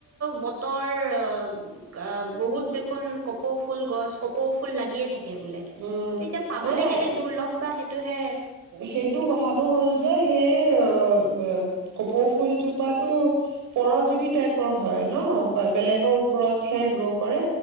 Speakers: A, on the right; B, on the right.
A: বতৰ অ' বহুত দেখোন কপৌ ফুল গছ কপৌ ফুল লাগিয়ে থাকে। বোলে
B: উম
A: এতিয়া পাবলৈ
B: নাই নাই
A: কেলে দৰ্লভ বা সেইটো হে
B: সেইটো কথাটো হ'ল যে সেই অ কপৌ ফুলজোপা পৰজীৱি টাইপৰ হয় ন বেলেগৰ ওপৰতহে গ্ৰো কৰে